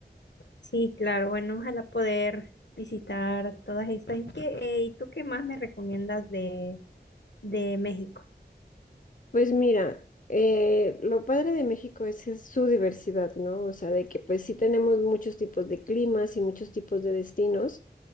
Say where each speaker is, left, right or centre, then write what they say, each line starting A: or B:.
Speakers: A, on the left; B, on the left.
A: Sí, claro, bueno, ojalá poder visitar todas estas. ¿Y qué, eh, y tú qué más me recomiendas de, de México?
B: Pues mira, eh, lo padre de México es, que es su diversidad, ¿no? O sea, de que pues sí tenemos muchos tipos de climas y muchos tipos de destinos,